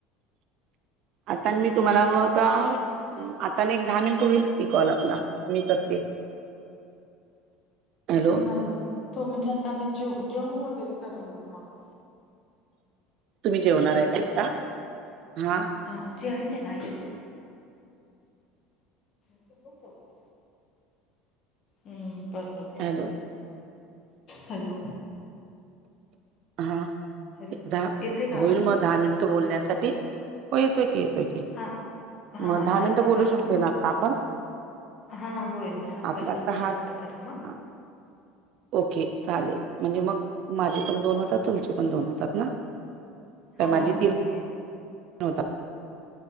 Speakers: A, on the right (about 45°); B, on the left (about 30°).
A: आता मी तुम्हाला <unintelligible> आता ने एक दहा मिनिट होईल की कॉल आपला मी करते. हॅलो
B: त म तुमच्यात आणि <unintelligible>
A: तुम्ही जेवणार
B: हॅलो
A: आहे का आत्ता? हा
B: हा जेवायचना आय. <unintelligible> हम्म बरं बरं बरं
A: हॅलो
B: हॅलो
A: हा
B: हॅलो
A: एकदा
B: येतोय का
A: होईल
B: आवाज
A: मग दहा मिनिटं बोलण्यासाठी, हो येतोय की येतोय. की
B: हा हा
A: मग दहा मिनिटं
B: चालते
A: बोलू
B: करा
A: शकतोय
B: हा
A: ना आता आपण
B: हा होईल हा
A: आपला
B: कॉल
A: आता
B: कट झाल्यानंतर
A: हा
B: कर मग.
A: हा ओके चालेल म्हणजे मग माझे पण दोन होतात तुमचे पण दोन होतात ना. काय
B: हा
A: माझी
B: होच
A: तीन
B: कि
A: होतात